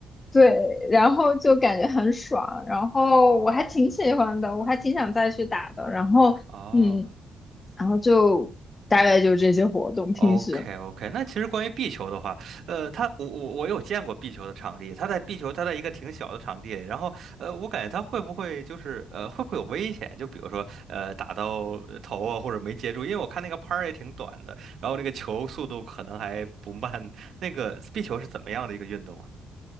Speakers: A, on the left; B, on the right.
A: 对，然后就感觉很爽，然后我还挺喜欢的，我还挺想再去打的。然后嗯，
B: 哦。
A: 然后就大概就这些活动，
B: OK
A: 平时。
B: OK，那其实关于壁球的话，呃，它我我我有见过壁球的场地，它在壁球它在一个挺小的场地，然后呃，我感觉它会不会就是呃会不会有危险？就比如说呃打到呃头啊或者没接住，因为我看那个拍儿也挺短的，然后那个球速度可能还不慢。那个壁球是怎么样的一个运动啊？